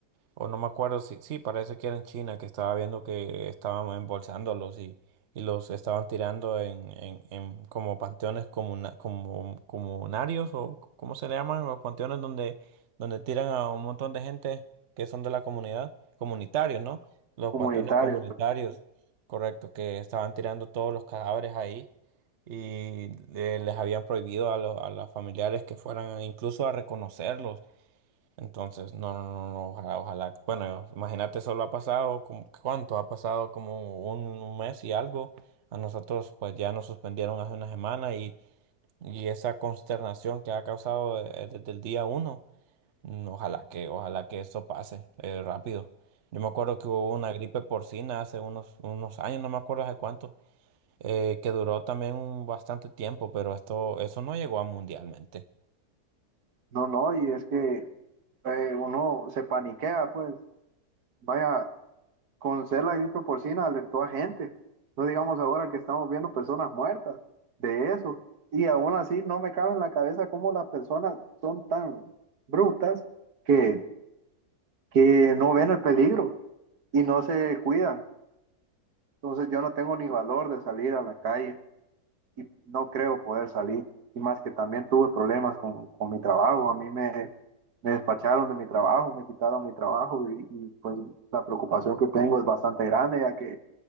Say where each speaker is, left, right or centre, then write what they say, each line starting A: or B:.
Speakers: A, on the right; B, on the right.
A: O no me acuerdo si, sí, parece que era en China que estaba viendo que estaban embolsándolos y, y los estaban tirando en, en, en como panteones comuna, como, comunarios o cómo se le llaman los panteones donde, donde tiran a un montón de gente que son de la comunidad, comunitarios, ¿no? Los
B: comunitario.
A: panteones comunitarios, correcto, que estaban tirando todos los cadáveres ahí y eh, les habían prohibido a los, a los familiares que fueran incluso a reconocerlos. Entonces, no, no, no, no, ojalá, ojalá. Bueno, imagínate, solo ha pasado, como, ¿cuánto? Ha pasado como un, un mes y algo. A nosotros, pues ya nos suspendieron hace una semana y, y esa consternación que ha causado eh, eh, desde el día uno, mm, ojalá que, ojalá que eso pase eh, rápido. Yo me acuerdo que hubo una gripe porcina hace unos, unos años, no me acuerdo hace cuánto, eh, que duró también un bastante tiempo, pero esto, eso no llegó a mundialmente.
B: No, no, y es que eh, uno se paniquea, pues, vaya, con ser la gripe porcina alertó a gente. No digamos ahora que estamos viendo personas muertas de eso. Y aún así no me cabe en la cabeza cómo las personas son tan brutas que que no ven el peligro y no se cuidan. Entonces yo no tengo ni valor de salir a la calle y no creo poder salir. Y más que también tuve problemas con, con mi trabajo. A mí me, me despacharon de mi trabajo, me quitaron mi trabajo y, y, pues la preocupación que tengo es bastante grande ya que